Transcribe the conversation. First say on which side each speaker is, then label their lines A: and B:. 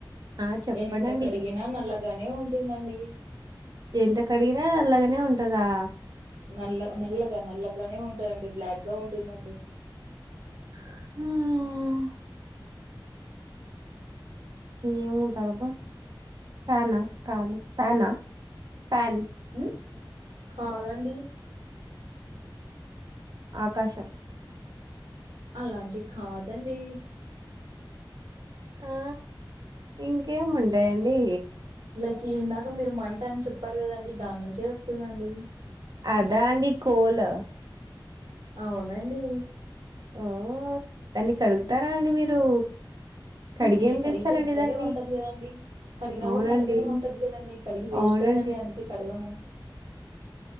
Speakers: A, on the right (about 50°); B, on the right (about 80°).
A: ఆ చెప్పడండి
B: ఎంత కడిగినా నల్లగానే ఉంటుందండి
A: ఎంత కడిగినా అల్లగనే ఉంటదా
B: నల్ల నల్లగా నల్లగానే ఉంట దండి బ్లాక్ గా ఉంటుందండి
A: హా ఏముంటదబ్బ ఫాన్ న కాదు ఫాన్ న ఫ్యాన్
B: మ్మ్ కాదండి
A: ఆకాశం
B: అలాంటివి కాదండి
A: ఆ ఇంకేముంటాయండి
B: లకి ఇందాక మీరు మంట అని చెప్పారు కదండి దాని నుంచే వస్తుందండి
A: అదా అండి కోల్
B: అవునండి
A: ఓ దాన్ని కడుగుతారా అండి మీరు కడిగేం
B: అంటే కడిగితే
A: చేస్తారండి
B: నల్లగే
A: దాన్ని
B: ఉంటది కదండి కడిగినా
A: అవునండి
B: కూడా నల్లగనే ఉంటది కదండి కడిగి వేస్ట్
A: అవునండి
B: కదండి అందుకే కడగము